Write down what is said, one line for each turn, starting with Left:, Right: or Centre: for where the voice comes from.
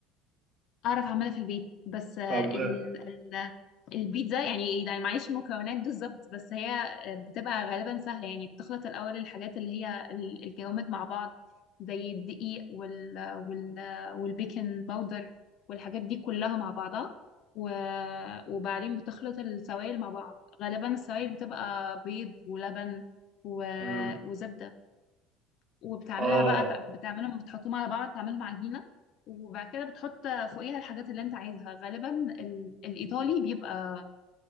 Left: اعرف اعملها في البيت بس آه،
Right: طب
Left: ال... ال... البيتزا يعني لا معيش مكونات بالظبط بس هي آه، بتبقى غالبا سهله يعني بتخلط الاول الحاجات اللي هي ال- الجوامد مع بعض زي الدقيق وال... وال... والبيكنج باودر والحاجات دي كلها مع بعضها و... وبعدين بتخلط السوائل مع بعض غالبا السوائل بتبقى بيض ولبن و...
Right: مم.
Left: وزبدة وبتعملها
Right: اه
Left: بقى تع- بتعملهم بتحطهم على بعض تعملهم عجينة وبعد كده بتحط فوقيها الحاجات اللي انت عايزها غالبا ال... الإيطالي بيبقى